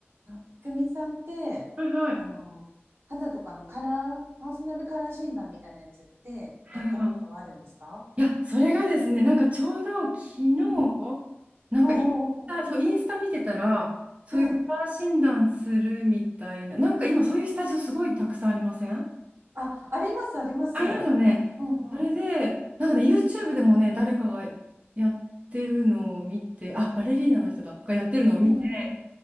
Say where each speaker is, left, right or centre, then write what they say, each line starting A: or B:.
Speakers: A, on the right (about 70°); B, on the right (about 30°).
A: あ、くみさんって、
B: はいはい。
A: あの、肌とかのカラー、パーソナルカラー診断みたいなやつってやったことはあるんですか
B: はいはい。いや、それがですね、なんかちょうど昨日、
A: うんうん
B: なんかインスタ、
A: おうおうお
B: そう、インスタ見てたら、そういうカラー診断するみたいな、
A: うはい。
B: なんか今そういうスタジオすごいたくさんありません
A: あ、あります、あります。
B: ありますよね。
A: うんうん。
B: それで、なんかね、YouTube でもね、誰かがやってるのを見て、あ、バレリーナの人だ、がやってるのを見て、
A: うんうん